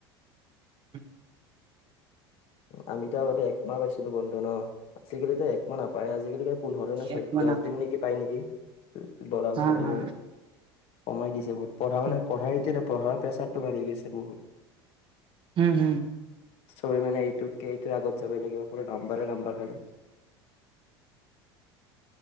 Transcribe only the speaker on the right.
<unintelligible>
এক মানত
হা,
হা,
ঠিক
উম, হুম।